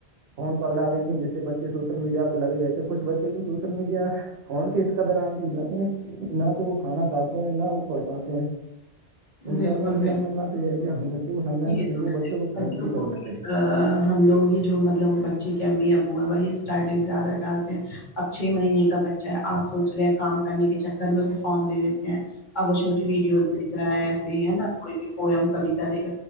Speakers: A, on the right; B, on the left.
A: فون پکڑا دیتی جس سے بچے سوشل میڈیا پر لگے رہتے ہیں کچھ بچے تو سوشل میڈیا فون کے اس کا در آ بھی ہو جاتے ہیں کہ نہ تو وہ کھانا کھاتے ہیں نہ وہ پڑھ پاتے ہیں
B: بالکل،
A: انشاء اللہ میرا
B: بالکل،
A: ماننا تو یہ ہے کہ ہمیں بچوں کو سمجھا
B: یہ
A: چاہیے
B: تو ہے
A: بچوں
B: کہ
A: کو پھین سے دور
B: کو
A: رکھنا
B: بھی
A: چاہیے
B: ہم لوگ ہی جو مطلب بچے کے امی ابو ہیں وہی اسٹارٹنگ سے زیادہ ڈالتے ہیں اب چھ مہینے کا بچہ ہے آپ سوچ رہے ہیں کام کرنے کے چکر میں اسے فارون دے دیتے ہیں ا چھوٹی ویڈیوز دیکھ رہا ہے ایس ہی ہے نا کوئی بھی پوئم کیتا دیکھ